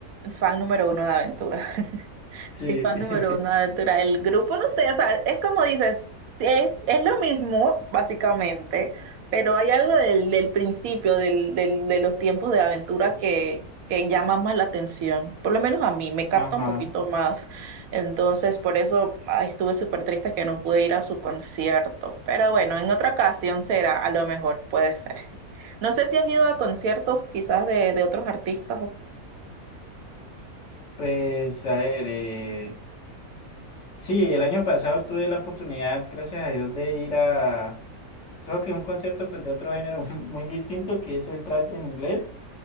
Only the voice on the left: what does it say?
Sí,
<laughs>
ajá.
Pues a ver, eh, sí, el año pasado tuve la oportunidad, gracias a Dios, de ir a... Solo que un concierto pues, de otro género <laughs> muy distinto que es el trap en inglés.